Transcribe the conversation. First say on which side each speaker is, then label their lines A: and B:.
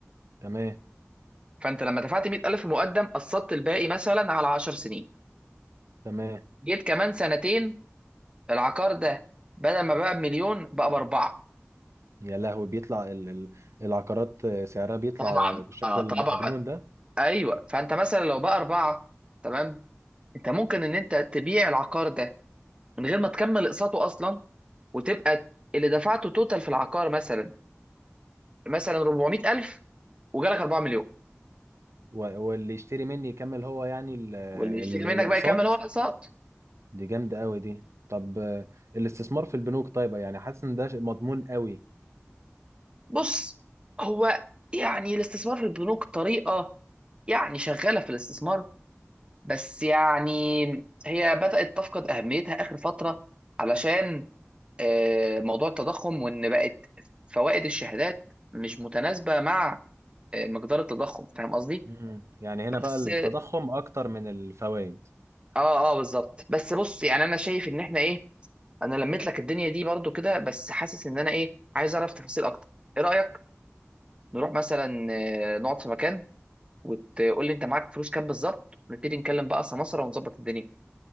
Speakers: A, on the right; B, on the right.
A: تمام
B: فانت لما دفعت 100000 مقدم قسطت الباقي مثلا على 10 سنين
A: تمام
B: جيت كمان سنتين العقار ده بدل ما بقى بمليون بقى باربعه
A: يا لهوي بيطلع ال ال العقارات سعرها بيطلع
B: طبعا
A: بالشكل
B: اه
A: المجنون
B: طبعا
A: ده
B: ايوه فانت مثلا لو بقى اربعه تمام انت ممكن ان انت تبيع العقار ده من غير ما تكمل اقساطه اصلا وتبقى اللي دفعته توتال في العقار مثلا مثلا 400000 وجالك 4 مليون
A: و- واللي يشتري مني يكمل هو يعني ال-
B: واللي يشتري
A: ال-
B: منك
A: الاقساط
B: بقى يكمل هو الاقساط
A: دي جامدة قوي دي طب آه، الاستثمار في البنوك طيب يعني حاسس ان ده شيء مضمون قوي
B: بص هو يعني الاستثمار في البنوك طريقه يعني شغاله في الاستثمار بس يعني هي بدات تفقد اهميتها اخر فتره علشان آه، موضوع التضخم وان بقت فوائد الشهادات مش متناسبه مع آه، مقدار التضخم فاهم قصدي
A: مم. يعني هنا
B: بس
A: بقى التضخم اكتر من الفوائد
B: اه اه بالظبط بس بص يعني انا شايف ان احنا ايه انا لميت لك الدنيا دي برضو كده بس حاسس ان انا ايه عايز اعرف تفاصيل اكتر ايه رايك نروح مثلا آه، نقعد في مكان وتقول لي انت معاك فلوس كام بالظبط ونبتدي نتكلم بقى سمسره ونظبط الدنيا